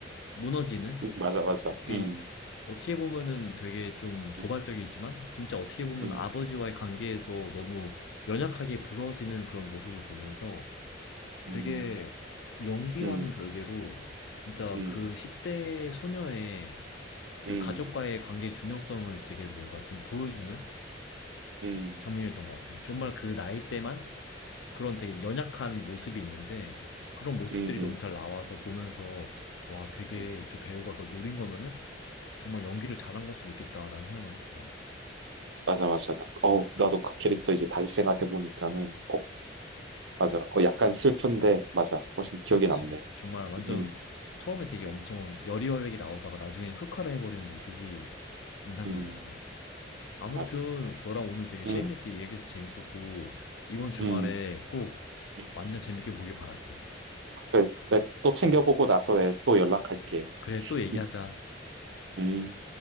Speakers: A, on the left (about 75°); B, on the right (about 80°).
A: 무너지는?
B: 맞아, 맞아,
A: 되게
B: 음,
A: 어떻게 보면은 되게 좀 도발적이지만
B: 음,
A: 진짜 어떻게 보면
B: 음,
A: 아버지와의 관계에서 너무 연약하게 부러지는 그런 모습을 보면서 되게
B: 음,
A: 연기와는
B: 음,
A: 별개로 진짜
B: 음,
A: 그 10대 소녀의 그
B: 음,
A: 가족과의 관계의 중요성을 되게 뭔가 좀 보여주는
B: 음, 음,
A: 장면이었던 것 같아. 요 정말 그 나이 때만 그런 되게 연약한 모습이 있는데 그런 모습들이
B: 음, 음. 음,
A: 너무 잘 나와서 보면서 와, 되게
B: 음.
A: 저 배우가 그걸 노린 거면은 정말 연기를 잘한 걸 수도 있겠다라는 생각을 했어.
B: 맞아, 맞아. 나, 어우, 나도 그 캐릭터 이제 다시 생각해보니까는, 맞아. 어, 약간 슬픈데, 맞아. 훨씬 기억에
A: 그치.
B: 남네.
A: 정말 완전
B: 음,
A: 처음에 되게 엄청
B: 음,
A: 여리여리하게 나오다가 나중에 흑화를 해버리는 모습이 인상적이지.
B: 음,
A: 아무튼
B: 맞아.
A: 너랑 오늘 되게 쉐임리스
B: 음,
A: 얘기해서 재밌었고 이번 주말에
B: 음,
A: 꼭
B: 음.
A: 완전 재밌게 보길 바랄게.
B: 그래, 내또 챙겨보고 나서 내 또 연락할게.
A: 그래, 또 얘기하자.
B: 음. 음.